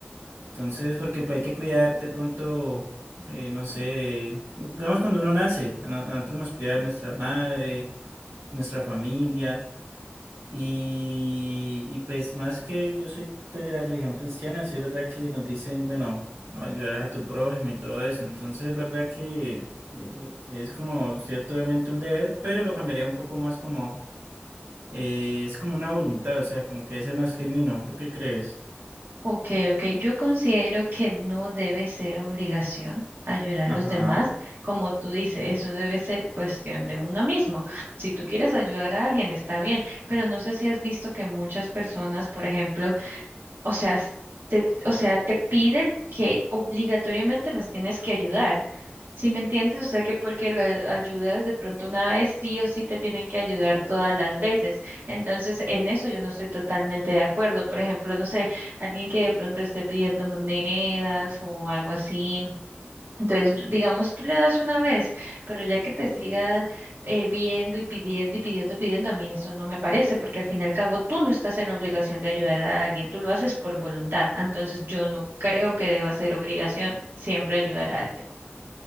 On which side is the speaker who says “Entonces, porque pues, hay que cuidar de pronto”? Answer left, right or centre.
Right